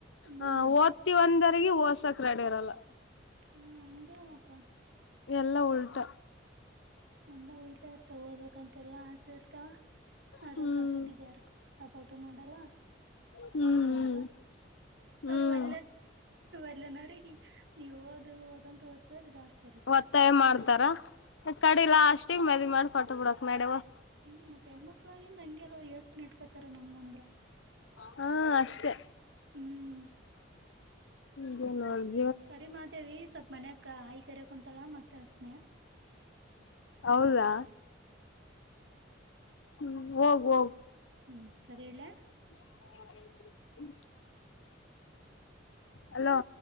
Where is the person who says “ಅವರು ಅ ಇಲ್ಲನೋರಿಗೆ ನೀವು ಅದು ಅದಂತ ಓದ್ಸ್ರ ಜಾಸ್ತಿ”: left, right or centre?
Right